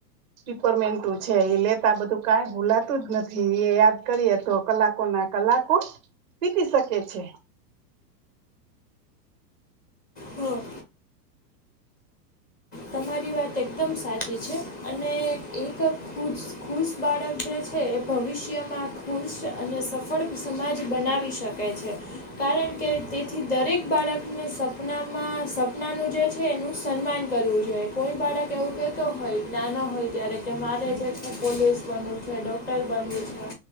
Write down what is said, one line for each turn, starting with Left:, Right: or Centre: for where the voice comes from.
Right: પિપરમેન્ટુ છે એ લેતા બધું કં ભૂલાતું જ નથી એ યાદ કરીએ તો કલાકો ના કલાકો વિતી શકે છે
Left: હા તમારી વાત એકદમ સાચી છે અને એક ખુ જ ખુશ બાળક જે છે એ ભવિષ્યમાં ખુશ અને સફળ સમાજ બનાવી શકે શકે છે કારણ કે તેથી દરેક બાળકને સપનામાં સપનાનું જે છે એનું સન્માન કરવું છે જો કોઈ બાળક એવું કતો હોય નાનો હોય ત્યારે કે મારે છે પોલીસ બનવું છે ડૉક્ટર બનવું છે